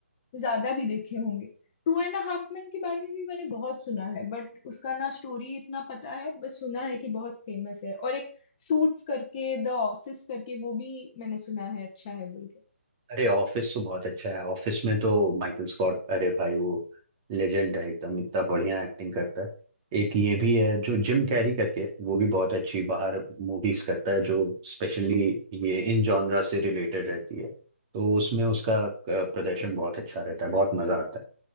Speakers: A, on the left (about 25°); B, on the right (about 25°).
A: ज्यादा भी देखे होंगे टू एंड हाफ मैन के बारे में भी मैंने बहुत सुना है बट उसका ना स्टोरी इतना पता है बस सुना है कि बहुत फेमस है और एक सूट्स करके द ऑफिस करके वो भी मैंने सुना है अच्छा है बोल के
B: अरे ऑफिस तो बहुत अच्छा है ऑफिस में तो माइकल स्कॉट अरे भाई वो लेजेंड है एकदम इतना बढ़िया एक्टिंग करता है एक ये भी है जो जिम कैरी करके वो भी बहुत अच्छी बाहर मूवीज करता है जो स्पेशली ये इन जॉनरा से रिलेटेड रहती है तो उसमें उसका अ, प्रदर्शन बहुत अच्छा रहता है बहुत मजा आता है